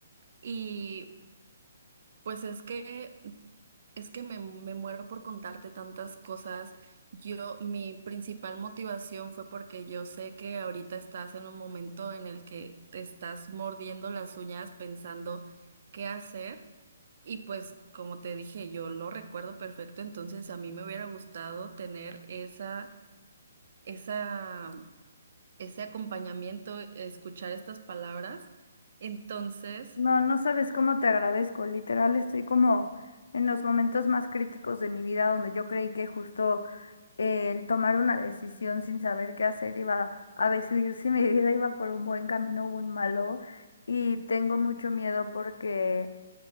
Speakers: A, on the right (about 40°); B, on the left (about 80°).
A: y pues es que es que me, me muero por contarte tantas cosas. Yo, mi principal motivación fue porque yo sé que ahorita estás en un momento en el que te estás mordiendo las uñas pensando qué hacer. Y pues, como te dije, yo lo recuerdo perfecto, entonces a mí me hubiera gustado tener esa, esa, ese acompañamiento, escuchar estas palabras. Entonces,
B: No, no sabes cómo te agradezco. Literal, estoy como en los momentos más críticos de mi vida donde yo creí que justo el tomar una decisión sin saber qué hacer iba a decidir si mi vida iba por un buen camino o un malo y tengo mucho miedo porque